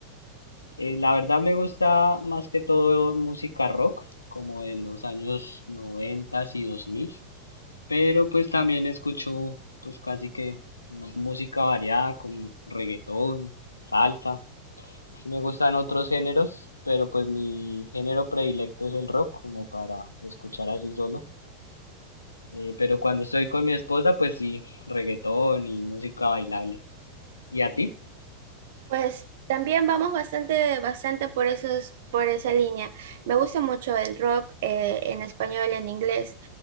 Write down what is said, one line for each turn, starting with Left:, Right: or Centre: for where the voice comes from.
Left: Eh, la verdad me gusta más que todo música rock, como de los años 90 y dos mil pero pues también escucho pues casi que música variada como reggaetón, salsa. Sí Me gustan otros géneros, pero pues mi género predilecto es el rock, como para escuchar así solo. Eh, pero cuando estoy con mi esposa, pues sí, reggaetón y música bailable. ¿Y a ti?
Right: Pues también vamos bastante, bastante por esos, por esa línea. Me gusta mucho el rock eh, en español, en inglés